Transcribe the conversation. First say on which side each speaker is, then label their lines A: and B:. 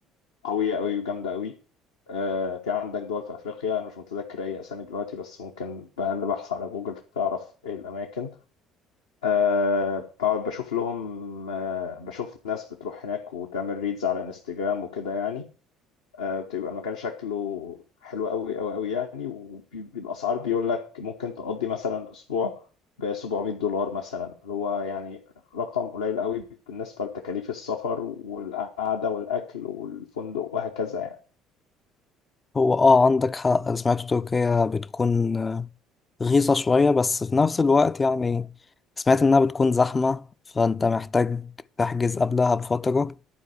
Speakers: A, on the left; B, on the left.
A: قوية قوي وجامدة قوي آه، في عندك دول في افريقيا انا مش متذكر اي اسامي دلوقتي بس ممكن بأقل بحث على جوجل تعرف ايه الاماكن أه بقعد بشوف لهم أه بشوف ناس بتروح هناك وتعمل ريدز على انستجرام وكده يعني أه بتبقى المكان شكله حلو قوي قوي قوي يعني والاسعار بيقول لك ممكن تقضي مثلا اسبوع ب 700 دولار مثلا اللي هو يعني رقم قليل قوي بالنسبة لتكاليف السفر والقعدة والأكل والفندق وهكذا يعني
B: هو اه عندك حق سمعت تركيا بتكون رخيصة شوية بس في نفس الوقت يعني سمعت إنها بتكون زحمة فأنت محتاج تحجز قبلها بفترة